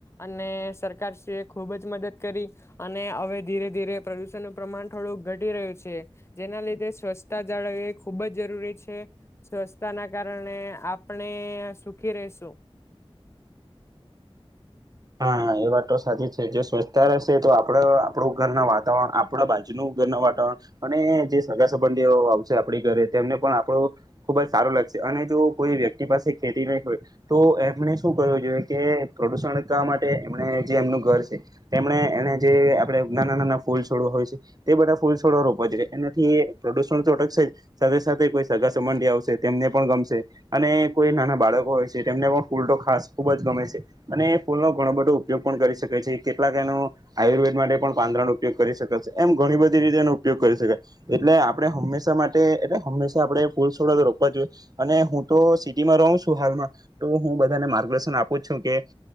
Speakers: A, on the left; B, on the right.
A: અને સરકારશ્રી એ ખુબ જ મદદ કરી અને હવે ધીરે ધીરે પ્રદુષણ નું પ્રમાણ થોડું ઘટી રહ્યું છે. છે જેના લીધે સ્વચ્તા જાળવવી એ ખૂબ જ જરૂરી છે સ્વચ્છતાના કારણે આપણે સુખી રશું.
B: હા એ વાત તો સાચી જ છે જે સ્વચ્છતા રહેશે તો આપણા આપણું ઘરના વાતાવરણ આપણા બાજુનું ઘરના વાતાવરણ અને જે સગા સંબંધીઓ આવશે આપડી ઘરે તેમને પણ આપણું ખુબ જ સારું લાગશે અને જો કોઈ વ્યક્તિ પાસે ખેતી નહી હોય તો એમને શું કરવું જોઈએ કે પ્રદુષણ કા માટે એમણે જે એમનું ઘર છે તેમણે એને જે આપણે નાના નાના ફૂલ છોડો હોય છે તે બધા ફૂલ છોડો રોપવા જોઈએ એનાથી પ્રદૂષણ તો અટકશે જ સાથે સાથે કોઈ સગા સંબંધી આવશે તેમને પણ ગમશે અને કોઈ નાના બાળકો હોય છે તેમને પણ ફૂલ તો ખાસ ખૂબ જ ગમે છે અને ફૂલનો ઘણો બધો ઉપયોગ પણ કરી શકેાય છે કેટલાક એનો આયુર્વેદ માટે પણ પાંદરાનોો ઉપયોગ કરી શકાય છે એમ ઘણી બધી રીતે એનો ઉપયોગ કરી શકાય એટલે આપણે હંમેશા માટે એટલે હંમેશા આપણે ફૂલ છોડ રોકવા જોઈએ અને હું તો સિટીમાં રહઉું છું હાલમાં તો હું બધાને માર્ગદર્શન આપું છું કે.